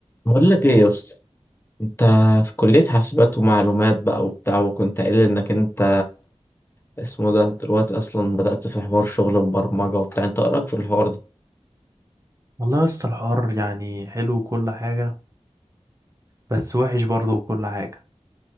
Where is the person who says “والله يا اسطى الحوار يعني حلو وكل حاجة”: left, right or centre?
Right